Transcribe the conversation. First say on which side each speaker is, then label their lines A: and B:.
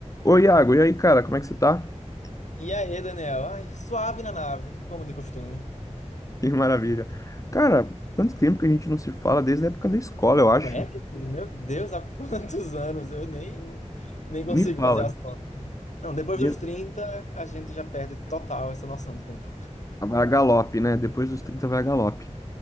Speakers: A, on the left; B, on the left.
A: Oi, Iago, e aí, cara, como é que você tá? <laughs>
B: E aí, Daniel? Ai, suave na nave, como de costume.
A: Que maravilha. Cara, tanto tempo que a gente não se fala, desde a época da escola,
B: Não
A: eu acho.
B: é, meu filho? Meu Deus, há quantos anos eu nem, nem
A: Me
B: consigo
A: fala.
B: fazer as contas. Não, depois
A: Gu-
B: dos 30 a gente já perde total essa noção do tempo.
A: Vai a galope, né? Depois dos 30 vai a galope.